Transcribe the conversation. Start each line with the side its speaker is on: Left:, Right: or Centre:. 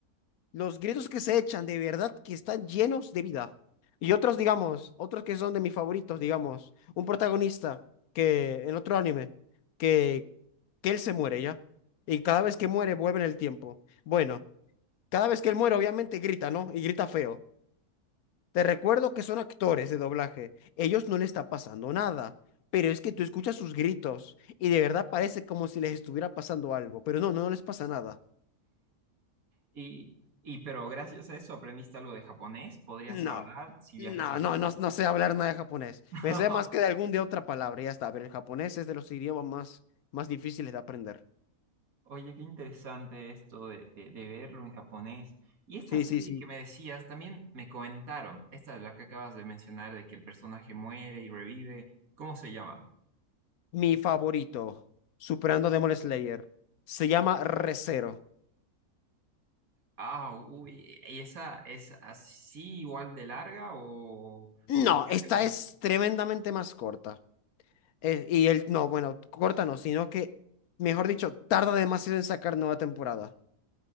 Left: Los gritos que se echan de verdad que están llenos de vida. Y otros, digamos, otros que son de mis favoritos, digamos, un protagonista que en otro anime, que, que él se muere ya. Y cada vez que muere vuelve en el tiempo. Bueno, cada vez que él muere obviamente grita, ¿no? Y grita feo. Te recuerdo que son actores de doblaje. Ellos no les está pasando nada. Pero es que tú escuchas sus gritos y de verdad parece como si les estuviera pasando algo. Pero no, no no les pasa nada.
Right: Y, y pero gracias a eso aprendiste algo de japonés, ¿podrías
Left: No,
Right: hablar si viajas
Left: no,
Right: a Japón?
Left: no, no, no sé hablar nada de japonés.
Right: <laughs>
Left: Me sé más que de algún de otra palabra, ya está. Pero el japonés es de los idiomas más, más difíciles de aprender.
Right: Oye, qué interesante esto de, de- de verlo en japonés. Y esta
Left: Sí,
Right: serie
Left: sí, sí.
Right: que me decías, también me comentaron, esta de la que acabas de mencionar, de que el personaje muere y revive. ¿Cómo se llama?
Left: Mi favorito, superando Demon Slayer, se llama Re:Zero.
Right: Ah, uy, ¿y esa es así igual de larga o,
Left: No,
Right: o por qué
Left: esta
Right: te gusta?
Left: es tremendamente más corta. Eh, y el, no, bueno, corta no, sino que, mejor dicho, tarda demasiado en sacar nueva temporada.